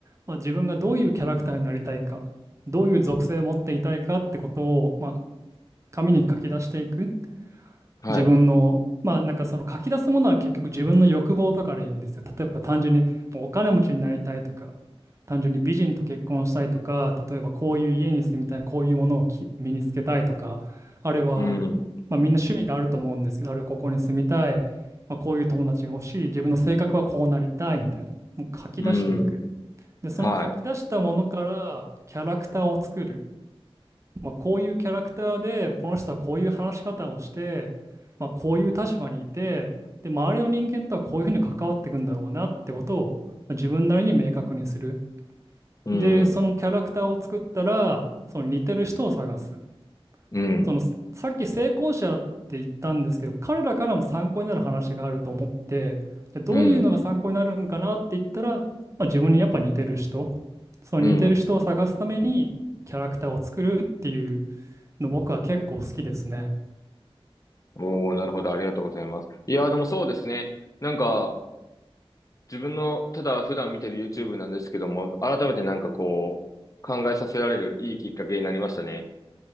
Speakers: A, on the right (about 30°); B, on the left (about 35°).
A: まあ、自分がどういうキャラクターになりたいか、どういう属性を持っていたいかってことを、まあ、紙に書き出していく。
B: はい。
A: 自分の、まあなんかその書き出すものは結局自分の欲望とかでいいんですよ。例えば単純にもうお金持ちになりたいとか、単純に美人と結婚したいとか、例えばこういう家に住みたい、こういうものをき身につけたいとか、あるいは、
B: うん、
A: まあ、みんな趣味があると思うんですけど、あるいはここに住みたい、まあ、こういう友達が欲しい、自分の性格はこうなりたいみたいな、もう書き出していく。
B: うん、
A: で、その書き出したものからキャラクターを作る。
B: は
A: まあ、こういうキャラクターで、この人はこういう話し方をして、まあ、こういう立場にいて、で、周りの人間とはこういうふうに関わっていくんだろうなってことを、まあ自分なりに明確にする。
B: い。うん、
A: で、そのキャラクターを作ったら、その似てる人を探す。
B: うん、
A: その、ささっき成功者って言ったんですけど、彼らからも参考になる話があると思って、で、どういうのが参考になるんかなって言ったら、
B: うん、
A: まあ、自分にやっぱ似てる人、その似てる人を探すためにキャラクターを作るっていう。
B: うん。
A: の僕は結構好きですね。
B: おー、なるほど。ありがとうございます。いやー、でもそうですね。なんか、自分の、ただ普段見てる YouTube なんですけども、改めてなんかこう、考えさせられるいいきっかけになりましたね。